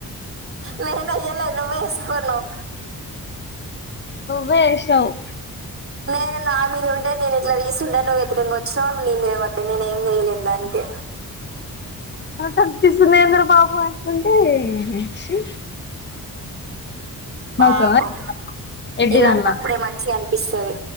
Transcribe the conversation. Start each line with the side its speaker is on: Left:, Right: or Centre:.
Right: నేనేయ్యలేదు. వేసుకున్నావ్.
Left: వేషవ్.
Right: నేను నా మీద ఉంటే. నేను ఇట్లా తీస్తున్నాను నువ్వీ ఇట్లా వచ్చవు నీ మీద పడ్. నేను ఏం వేయలేదు దానికే.
Left: తగ్గిస్తుంది ఏందిరా బాబు అనుకుంటే ఛీ.
Right: పాపం
Left: నవ్వుతావా ఎడ్డి
Right: ఇలాంటాప్పుడే
Left: దానిలా
Right: మంచిగా అనిపిస్తది.